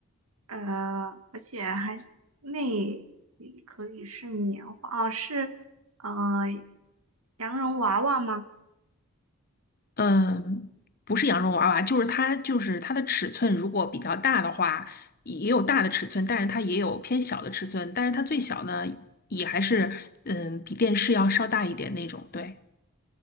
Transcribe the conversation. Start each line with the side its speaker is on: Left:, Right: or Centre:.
Right: 呃，而且还是内里可以是棉花，哦，是呃羊绒娃娃吗？
Left: 嗯，不是羊绒娃娃，就是它就是它的尺寸如果比较大的话，也有大的尺寸，但是它也有偏小的尺寸，但是它最小呢也还是嗯比电视要稍大一点那种。对，